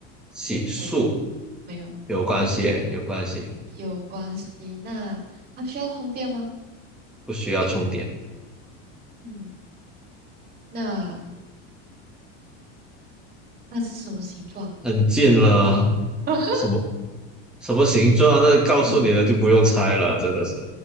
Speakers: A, in the centre; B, on the right (about 25°).
A: 洗漱
B: 没有，没有，
A: 有关系，有关系，
B: 有关系。那它需要充电吗？
A: 不需要充电。
B: 嗯，那那是什么形状？
A: 很近了，
B: <laughs>
A: 什么什么形状啊？那告诉你了就不用猜了，
B: 嗯，
A: 真的是。